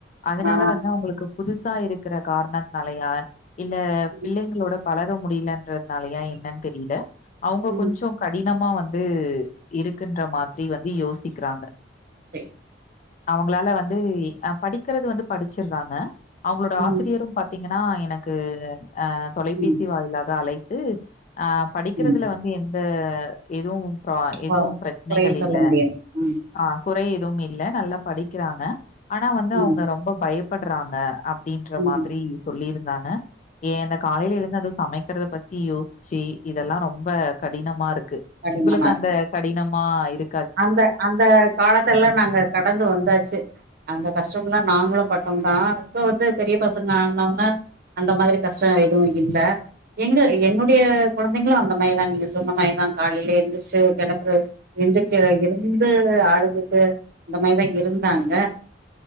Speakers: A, on the left; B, on the right.
A: அதனால
B: ஆ
A: வந்து அவுங்களுக்கு புதுசா இருக்குற கார்ணன்னாலையா இல்ல
B: ம்
A: பிள்ளைங்களோட பழக முடில ன்றதுனாலயா என்னன் தெரில அவுங்க
B: ம்
A: கடினமா வந்து இருக்குன்ற மாதிரி வந்து யோசிக்றாங்க
B: சரி
A: அவங்களால வந்து அ படிக்கறது வந்து படிச்சிறாங்க அவுங்களோட ஆசிரியரு
B: ம்
A: பாத்தீங்கன்னா எனக்கு ஆ தொலைபேசி
B: ம்
A: வாயிலாக அழைத்து ஆஹ் படிக்கறதுல
B: ம்
A: வந்து எந்த எதுவும் பா எது
B: கொ
A: பிரச்சனைகள்
B: குறைய சொல்ல
A: இல்ல
B: முடியாது ம்
A: அ குறை எதுவும் இல்ல நல்லா படிக்கிறாங்க ஆனா வந்து
B: ம்
A: அவுங்க ரொம்ப பயப்பட்றாங்க அப்டின்ற
B: ம்
A: மாதிரி சொல்லிருந்தாங்க ஏ இந்த காலைல எழுந்து அதுவு சமை க்கறத பத்தி யோச்சி இதெல்லா ரொம்ப கடினமாரு க்கு
B: கடினமா
A: ஒங்களுக்கு அந்த கடினமா இரு
B: அந்த அந்த காலத்தெல்லா நாங்க கடந்து வந்தாச்சு அந்த கஷ்டம்ல்லா நாங்ளு ப க்கு தா இப்ப வந்து பெரிய பசங்க ஆனோன அந்த மாதிரி கஷ்டோ எதுவு இல்ல எங்க என்னுடய கொழந்தைங்களு அந்த மாரி தா நீங்க சொன்ன மாரி தா காலைல எந்திரிச்சு ஒரு கெளப்புறது எந்தி க்றேஇருந்து அழுதுட்டு இந்த மாரி தா இருந்தாங்க